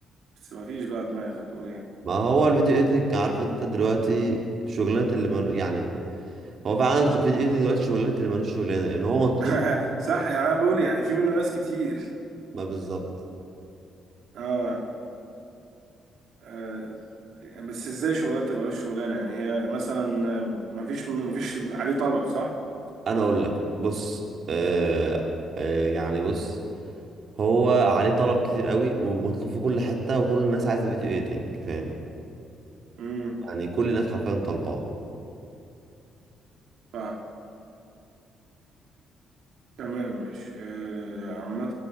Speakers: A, on the right; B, on the right.
A: بس مفيش بقى دماغ هتقول ايه
B: ما هو الفيديو اديتنج عارف انت دلوقتي شغلانة اللي مالو يعني هو فعلا الفيديو اديتنج دلوقتي شغلانة اللي مالوش شغلانة لان هو مطلوب
A: <laughs> صح يعني انا بقول يعني في منه ناس كتير
B: ما بالظبط
A: اه آه، بس ازاي شغلانة تبقى ملوش شغلانة يعني هي مثلا آه، مفيش مفيش عليه طلب صح
B: انا اقول لك بص آه، آه، يعني بص هو عليه طلب كتير قوي ومطلوب في كل حتة وكل الناس عايزة فيديو ايديتنج فاهم
A: امم
B: يعني كل الناس حرفيا طالباه
A: فاهم تمام مش آه، عامة